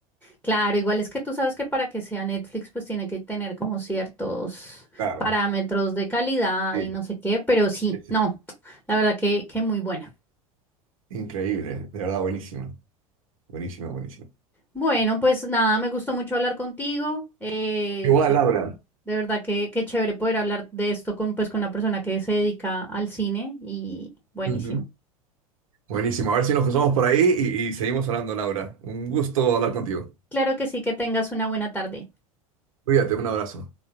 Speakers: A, in the centre; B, on the right.
A: Claro, igual es que tú sabes que para que sea Netflix, pues tiene que tener como ciertos
B: Claro,
A: parámetros de calidad
B: sí.
A: y no sé qué, pero sí,
B: Es
A: no, la verdad que, que muy buena.
B: increíble, de verdad, buenísima. Buenísima, buenísima.
A: Bueno, pues nada, me gustó mucho hablar contigo. eh,
B: Igual,
A: de,
B: Laura.
A: de verdad que, que chévere poder hablar de esto con, pues, con una persona que se dedica al cine y buenísimo.
B: Ujú. Buenísimo. A ver si nos cruzamos por ahí y, y seguimos hablando, Laura. Un gusto hablar contigo.
A: Claro que sí, que tengas una buena tarde.
B: Cuídate, un abrazo.